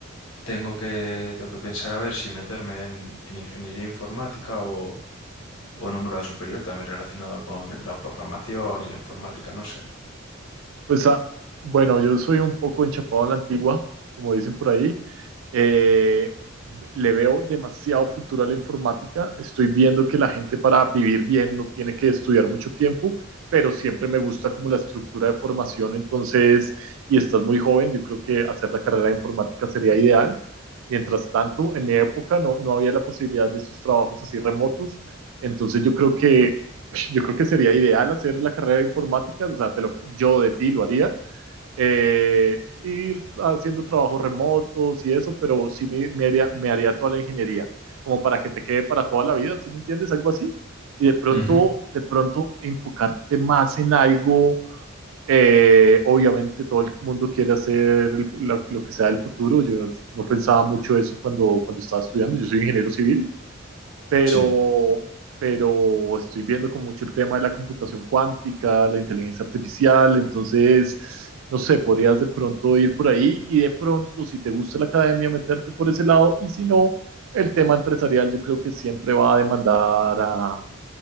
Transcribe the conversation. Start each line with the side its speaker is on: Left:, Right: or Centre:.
Left: tengo que, tengo que pensar a ver si meterme en, en ingeniería informática o, o en un grado superior también relacionado con la programación y la informática, no sé.
Right: Pues ah, bueno, yo soy un poco enchapado a la antigua, como dicen por ahí, Eh, le veo demasiado futuro a la informática. Estoy viendo que la gente para vivir bien no tiene que estudiar mucho tiempo, pero siempre me gusta como la estructura de formación. Entonces, y estás muy joven, yo creo que hacer la carrera de informática sería ideal. Mientras tanto, en mi época no, no había la posibilidad de estos trabajos así remotos. Entonces, yo creo que yo creo que sería ideal hacer la carrera de informática, o sea, te lo, yo de ti lo haría, eh, ir haciendo trabajos remotos y eso, pero sí me, me haría, me haría toda la ingeniería, como para que te quede para toda la vida, ¿sí me entiendes? Algo así. Y de pronto,
Left: Ujú,
Right: de pronto enfocarte más en algo. Eh, obviamente todo el mundo quiere hacer el- lo, lo que sea el futuro. Yo no pensaba mucho eso cuando, cuando estaba estudiando. Yo soy ingeniero civil pero,
Left: Sí,
Right: pero estoy viendo con mucho el tema de la computación cuántica, la inteligencia artificial, entonces, no sé, podrías de pronto ir por ahí y de pronto, si te gusta la academia, meterte por ese lado y si no, el tema empresarial yo creo que siempre va a demandar a,